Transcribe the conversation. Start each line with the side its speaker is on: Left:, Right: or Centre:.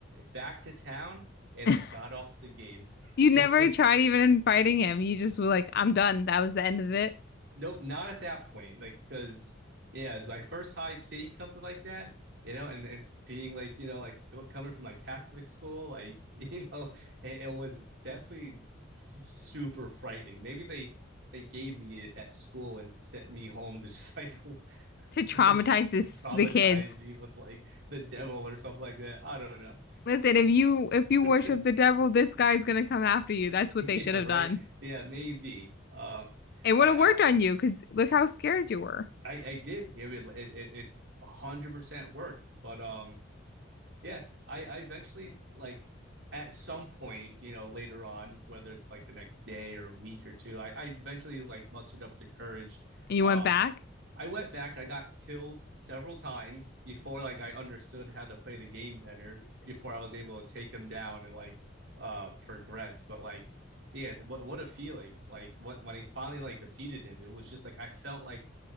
Right: back to town, and
Left: <laughs>
Right: I got off the game.
Left: You never
Right: <laughs>
Left: tried even fighting him. You just were like, "I'm done." That was the end of it.
Right: Nope, not at that point. Like, because yeah, it's my first time seeing something like that, you know, and, and it's being like, you know, like co- coming from like Catholic school, like, <laughs> you know, it, it was definitely su- super frightening. Maybe they they gave me it at school and sent me home to just like <laughs>
Left: To traumatize
Right: just
Left: this
Right: traumatize
Left: the kids.
Right: me with like the devil or something like that. I don't know.
Left: Listen, if you if you worship
Right: Um,
Left: the devil, this guy's gonna come after you. That's
Right: <laughs>
Left: what
Right: yeah,
Left: they should have
Right: right.
Left: done.
Right: Yeah, maybe. Um,
Left: It would
Right: I,
Left: have worked
Right: I
Left: on you because look how scared you were,
Right: I, I did. It would- it it it 100% worked. But um yeah, I I eventually like at some point, you know, later on, whether it's like the next day or a week or two, I, I eventually like mustered up the courage.
Left: and you
Right: Um
Left: went back.
Right: I went back, I got killed several times before like I understood how to play the game better, before I was able to take him down and like uh progress. But like yeah, what what a feeling. Like what when I finally like defeated him, it was just like I felt like